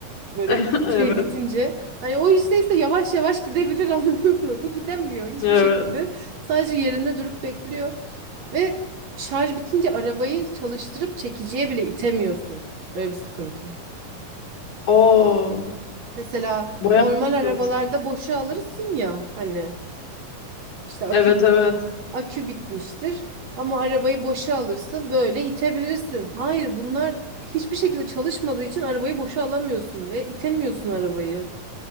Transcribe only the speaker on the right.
Böyle
bir şey <laughs> bitince hani o işteyse yavaş yavaş gidebilir <laughs> anladın mı? Bu gidemiyor hiçbir
şekilde. Sadece yerinde durup bekliyor ve şarj bitince arabayı çalıştırıp çekiciye bile itemiyorsun. Öyle bir sıkıntı.
Mesela
normal arabalarda
boşa alırsın ya hani işte akü
akü bitmiştir ama arabayı boşa alırsın böyle itebilirsin. Hayır bunlar hiçbir şekilde çalışmadığı için arabayı boşa alamıyorsun ve itemiyorsun arabayı.